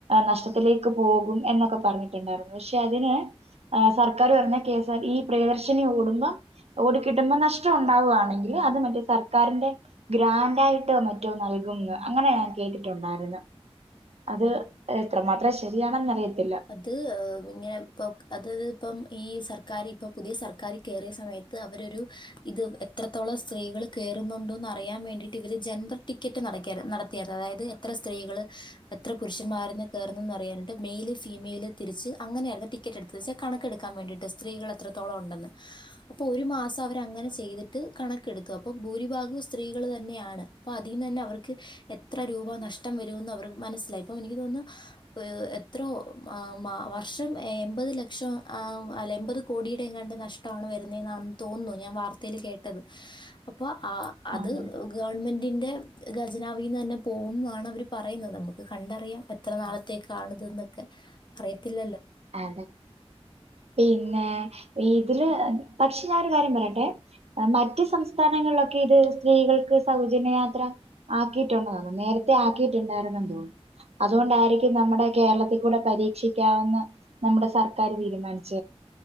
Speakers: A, on the right (about 75°); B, on the left (about 45°).
A: നഷ്ടത്തിലേക്ക് പോകും എന്നൊക്കെ പറഞ്ഞിട്ട ണ്ടായി പക്ഷെ അതിന് സർക്കാർ പറഞ്ഞ കേസർ ഈ പ്രിയദർശിനി ഓടുമ്പോ ഓടിക്കിട്ടുമ്പോൾ നഷ്ടം ഉണ്ടാവുകയാണെങ്കിൽ അത് മറ്റേ സർക്കാരിന്റെ ഗ്രാൻഡ ആയിട്ടോ മറ്റോ നൽകും അങ്ങനെ ഞാൻ കേട്ടിട്ടുണ്ടായിരുന്നു അത് എത്ര മാത്രം ശരിയാണെന്ന അറിയത്തില്ല
B: അത് ഇങ്ങനെ ഇപ്പോ അത് ഇപ്പം ഈ സർക്കാരി ഇപ്പ പുതിയ സർക്കാരി കയറിയ സമയത്ത് അവരരു ഇത് എത്രത്തോളം സ്ത്രീകൾ കയറുന്നുണ്ടോ എന്ന അറിയാൻ വേണ്ടിയിട്ട് ഇവർ ജൻറൽ ടിക്കറ്റ് നട നടത്തിയ അതായത് എത്ര സ്ത്രീകള് എത്ര പുരുഷന്മാര് കയറുന്നന്ന് അറിയാനിട്ട് മൈൽ ഫി മെയിൽ തിരിച്ച് അങ്ങനെയായിരുന്നു ടിക്കറ്റ് എടുത്ത് വച്ചാ കണക്കെടുക്കാൻ വേണ്ടിട്ട് സ്ത്രീകൾ എത്രത്തോളം ഉണ്ടെന്ന് അപ്പൊ ഒരു മാസം അവര അങ്ങനെ ചെയ്തിട്ട് ട്ട് കണക്കെടുത്തു അപ്പൊ ഭൂരിഭാഗം സ്ത്രീകൾ തന്നെയാണ് അപ്പൊ അതിന്ന് തന്നെ അവർക്ക് എത്ര രൂപ നഷ്ടം വരൂന്ന് അവർക്ക് മനസ്സിലായി ഇപ്പൊ എനിക്ക് തോന്നുന്നു എത്രോ വർഷം എൺപത് ലക്ഷം അല്ല എൺപത് കോടിയുടെ എങ്ങാണ്ട് നഷ്ടമാണ് വരുന്നന്നെന്നാന്ന് തോന്നു ഞാൻ വാർത്തെൽ കേട്ടത് അപ്പൊ അ അത്
A: അതെ
B: ഗവൺമെന്റിൻ്റെ ഖജനാവീന്നെന്നെ പോകുംന്നാണ് അവർ പറയുന്നത് നമുക്ക് കണ്ടറിയാൻ പ എത്ര നാളത്തേക്കാണത് ന്നൊക്കെ അറിയത്തില്ലല്ലോ
A: അതെ പിന്നെ ഇതില് പക്ഷെ ഞാനൊരു കാര്യം പറയട്ടെ മറ്റ് സംസ്ഥാനങ്ങളിലൊക്കെ ഇത് സ്ത്രീകൾക്ക് സൗജന്യയാത്ര ആക്കിയിട്ടുണ്ടോ നേരത്തെ ആക്കിയിട്ടുണ്ടായിരുന്നന്ന് തോന്ന് അതുകൊണ്ടായിരിക്കും നമ്മുടെ കേരളത്തിൽ കൂടെ പരീക്ഷിക്കാവെന്ന് നമ്മുടെ സർക്കാർ തീരുമാനിച്ചു